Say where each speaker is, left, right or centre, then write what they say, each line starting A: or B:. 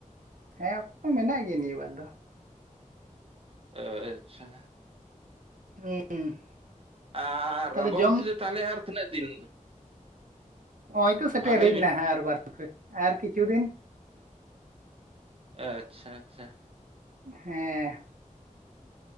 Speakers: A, on the right; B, on the right.
A: ᱦᱮᱸ ᱚᱠᱛᱚ ᱢᱮᱱᱟᱜ ᱜᱮ ᱱᱤᱭᱟᱹ ᱵᱟᱨ ᱫᱚ
B: <unintelligible> ᱟᱪᱪᱷᱟ
A: <unintelligible>
B: ᱟᱨ
A: ᱛᱟᱦᱚᱞᱮ
B: ᱚᱢᱵᱚᱵᱚᱛᱤ
A: ᱡᱚᱢ
B: ᱫᱚ ᱛᱟᱦᱚᱞᱮ ᱟᱨ ᱛᱤᱱᱟᱹᱜ ᱫᱤᱱ
A: ᱱᱚᱜ ᱚᱭ ᱛᱚ ᱥᱮᱴᱮᱨ
B: ᱦᱚᱸ ᱞᱟᱹᱭ
A: ᱦᱮᱡ
B: ᱵᱤᱱ
A: ᱱᱟ ᱟᱨ ᱵᱟᱨᱯᱮ ᱟᱨ ᱠᱤᱪᱷᱩ ᱫᱤᱱ
B: ᱟᱪᱪᱷᱟ ᱟᱪᱪᱷᱟ
A: ᱦᱮᱸ